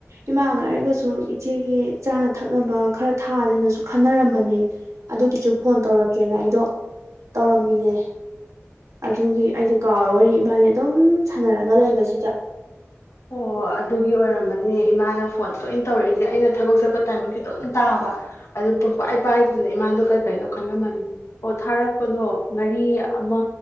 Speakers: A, on the right (about 85°); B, on the left (about 70°).
A: ꯏꯃꯥꯒ ꯑꯩꯒꯁꯨ ꯏꯆꯦꯒꯤ ꯆꯥꯅ ꯊꯛꯅꯕ ꯈꯔ ꯊꯥꯗꯅꯁꯨ ꯈꯟꯅꯔꯝꯕꯅꯦ ꯑꯗꯨꯒꯤꯁꯨ ꯐꯣꯟ ꯇꯧꯔꯛꯀꯦꯅ ꯑꯩꯗꯣ ꯇꯧꯔꯝꯃꯤꯅꯦ ꯑꯗꯨꯒꯤ ꯑꯩꯗꯤ ꯀꯥꯎꯋꯦ ꯋꯥꯔꯤ ꯏꯕꯥꯅꯤ ꯑꯗꯨꯝ ꯁꯥꯟꯅꯔꯒ ꯂꯩꯕꯁꯤꯗ
B: ꯑꯣ ꯑꯗꯨꯒꯤ ꯑꯣꯏꯔꯝꯃꯅꯤ ꯏꯃꯥꯅ ꯐꯣꯟ ꯇꯣꯏꯅ ꯇꯧꯔꯛꯏꯁꯦ ꯑꯩꯅ ꯊꯕꯛ ꯆꯠꯄ ꯇꯥꯏꯃꯤꯡꯁꯈꯤ ꯑꯗꯨꯝ ꯇꯥꯕ ꯑꯗꯨ ꯄꯨꯡ ꯏ ꯄꯥꯏꯗꯨꯗꯅ ꯏꯃꯥꯗꯣ ꯀꯩꯅꯣ ꯈꯜꯂꯝꯃꯅꯤ ꯑꯣ ꯊꯥꯔꯛꯄꯗꯣ ꯉꯥꯔꯤ ꯑꯃ